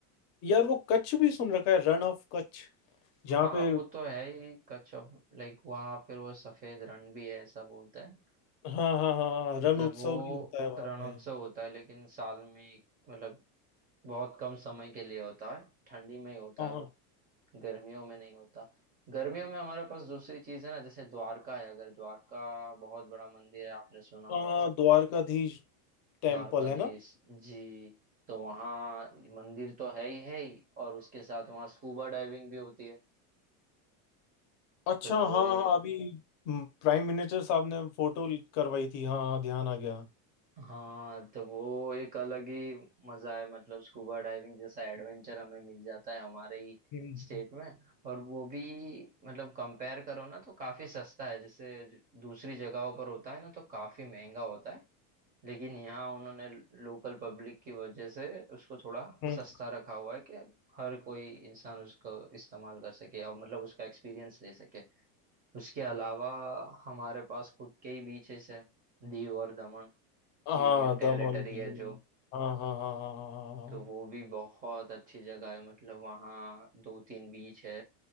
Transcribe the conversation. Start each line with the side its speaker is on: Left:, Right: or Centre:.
Left: यार वो कच्छ भी सुन रखा है रन ऑफ कच्छ जहाँ
Right: हाँ
Left: पे
Right: वो तो है ही कच्छ ऑफ लाइक वहां फिर वो सफेद रण भी है ऐसा बोलते हैं
Left: हाँ हाँ हाँ हाँ, रन
Right: मतलब
Left: उत्सव
Right: वो
Left: भी होता है वहाँ
Right: रणोत्सव
Left: पे
Right: होता है लेकिन साल में एक- मतलब बहुत कम समय के लिए होता है ठंडी में ही होता
Left: हाँ
Right: है वो
Left: हाँ
Right: गर्मियों में नहीं होता गर्मियों में हमारे पास दूसरी चीज है ना जैसे द्वारका है अगर द्वारका बहुत बड़ा मंदिर है आपने सुना हो
Left: हाँ, हाँ,
Right: तो
Left: द्वारकाधीश टेम्पल
Right: द्वारकाधीश
Left: है ना
Right: जी तो वहाँ मंदिर तो है ही है ही और उसके साथ वहाँ स्कूबा डाइविंग भी होती है
Left: अच्छा
Right: तो
Left: हाँ
Right: वो ए-
Left: हाँ अभी प्राइम मिनिस्टर साहब ने फोटो करवाई थी हाँ हाँ ध्यान आ गया
Right: हाँ तो वो एक अलग ही मजा है मतलब स्कूबा डाइविंग जैसा एडवेंचर हमें मिल जाता है हमारे ही
Left: हम्म
Right: स्टेट में और वो भी मतलब कंपेयर करो ना तो काफी सस्ता है जैसे दूसरी जगहों पर होता है ना तो काफी महंगा होता है लेकिन यहाँ उन्होंने लोकल पब्लिक की वजह से उसको थोड़ा
Left: हम्म,
Right: सस्ता रखा हुआ है कि हर कोई इंसान उसको इस्तेमाल कर सके और मतलब उसका एक्सपीरियंस ले सके उसके अलावा हमारे पास खुद के ही बीचेस है दीव और दमन
Left: हाँ
Right: यूनियन
Left: दम
Right: टेरिटरी
Left: ऑन दीव
Right: है जो
Left: हाँ हाँ हाँ हाँ हाँ हाँ
Right: तो वो भी बहुत अच्छी जगह है मतलब वहाँ दो तीन बीच है